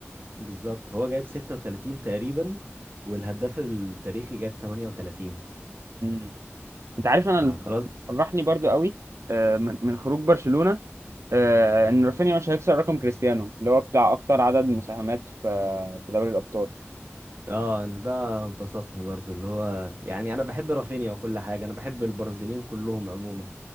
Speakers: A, on the right; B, on the right.
A: بالظبط هو جايب 36 تقريبا والهداف التاريخي جايب 38
B: امم انت عارف
A: فخلاص
B: انا اللي فرحني برضو قوي آه، من من خروج برشلونه آه، ان رافينيا مش هيكسر رقم كريستيانو اللي هو بتاع اكتر عدد مساهمات في في دوري الابطال
A: اه انا ده بسطني برضو اللي هو يعني انا بحب رافينيا وكل حاجه انا بحب البرازيليين كلهم عموما